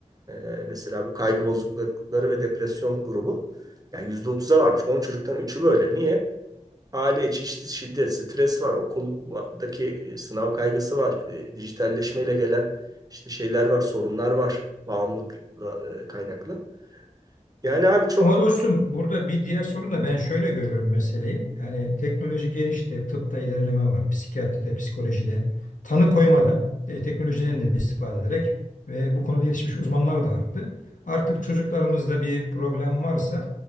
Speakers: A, on the right; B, on the left.
A: E, mesela bu kaygı bozuklukları ve depresyon grubu yani yüzde otuz'a varmış. 10 çocuktan üçü böyle. Niye? Aile içi işte şiddet, stres var, okuldaki e, sınav kaygısı var, e, dijitalleşmeyle gelen işte şeyler var, sorunlar var, Bağımlılık e, kaynaklı. Yani abi çok
B: Ama dostum burada bir diğer sorun da ben şöyle görüyorum meseleyi. Yani teknoloji gelişti, tıpta ilerleme var, psikiyatride, psikolojide, tanı koymada e, teknolojiden de istifade ederek ve bu konuda yetişmiş uzmanlar da arttı. Artık çocuklarımızda bir problem varsa